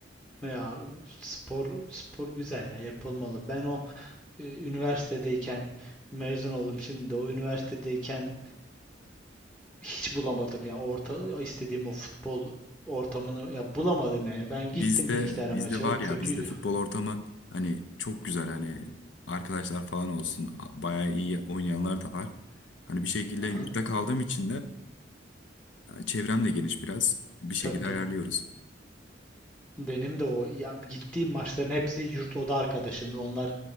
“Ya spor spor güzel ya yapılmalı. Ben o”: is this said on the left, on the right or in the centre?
Centre